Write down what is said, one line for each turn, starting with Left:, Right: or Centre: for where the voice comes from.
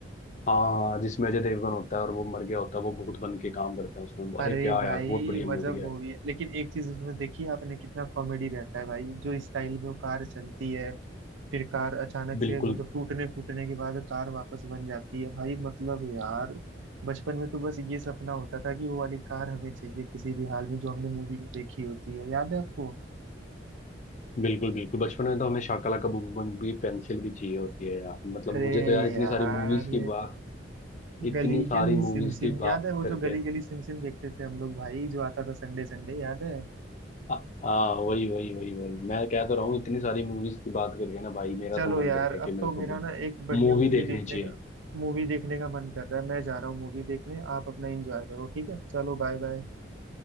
Left: हाँ जिसमें अजय देवगन होता है और वो मर गया होता है वो भूत बन के काम करता है उसमें
Right: अरे
Left: अरे क्या
Right: भाई
Left: यार बहुत बढ़िया मूवी
Right: मजब
Left: है
Right: मूवी है लेकिन एक चीज उसमें देखी आपने कितना कॉमेडी रहता है भाई जो स्टाइल में वो कार चलती है फिर कार अचानक से
Left: बिल्कुल
Right: मतलब टूटने फूटने के बाद कार वापस बन जाती है भाई मतलब यार बचपन में तो बस ये सपना होता था कि वो वाली कार हमें चाहिए किसी भी हाल में जो हमने मूवी में देखी होती है याद है आपको
Left: बिल्कुल बिल्कुल बचपन में तो हमें शाकला का बूम बूम भी पेंसिल भी चाहिए होती है यार मतलब
Right: अरे
Left: मुझे तो यार इतनी
Right: यार
Left: सारी मूवीज की बात इतनी
Right: गली
Left: सारी
Right: गली
Left: मूवीज
Right: सिम सिम
Left: की
Right: याद
Left: बात
Right: है वो
Left: करके
Right: जो गली गली सिम सिम देखते थे हम लोग भाई जो आता था संडे संडे याद है
Left: हाँ हाँ, वही वही वही वही मैं कह तो रहा हूँ इतनी सारी मूवीज की बात करके ना भाई मेरा
Right: चलो
Left: तो मन
Right: यार
Left: कर गया कि
Right: अब
Left: मेरे
Right: तो
Left: को
Right: मेरा
Left: भी
Right: ना एक बढ़िया
Left: मूवी
Right: मूवी
Left: देखनी
Right: देखने
Left: चाहिए
Right: का मूवी देखने का मन कर रहा है मैं जा रहा हूँ मूवी देखने आप अपना एंजॉय करो ठीक है चलो bye bye